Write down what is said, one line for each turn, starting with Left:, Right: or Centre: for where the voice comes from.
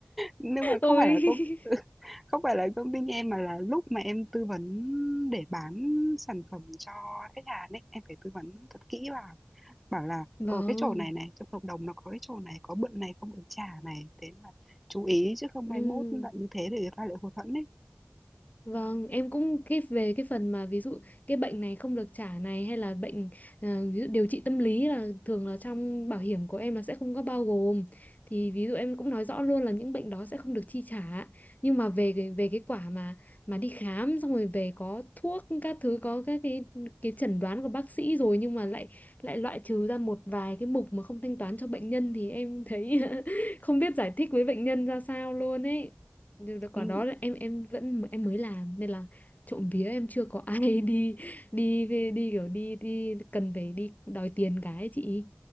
Centre: nhưng mà không
Left: Ôi
Centre: phải là công <laughs> không phải là công ty em mà là lúc mà em tư vấn để bán sản phẩm cho khách hàng ấy, em phải tư vấn thật kỹ vào bảo là
Left: Vâng
Centre: ở cái chỗ này này trong hợp đồng nó có cái chỗ này có bận này không được trả này thế là chú ý chứ không
Left: ừ.
Centre: mai mốt lại như thế để người ta lại hụt hẫng ấy
Left: Vâng, em cũng cái về cái phần mà ví dụ cái bệnh này không được trả này hay là bệnh ờ, ví dụ điều trị tâm lý là thường là trong bảo hiểm của em là sẽ không có bao gồm. Thì ví dụ em cũng nói rõ luôn là những bệnh đó sẽ không được chi trả. Nhưng mà về cái- về cái quả mà mà đi khám xong rồi về có thuốc các thứ có các cái cái chẩn đoán của bác sĩ rồi nhưng mà lại lại loại trừ ra một vài cái mục mà không thanh toán cho bệnh nhân thì em thấy <laughs> không biết giải thích với bệnh nhân ra sao luôn ấy. Được- được quả
Centre: ừ.
Left: đó là em em vẫn em mới làm nên là trộm vía em chưa có ai <laughs> đi đi về đi kiểu đi đi cần phải đi đòi tiền cái ấy chị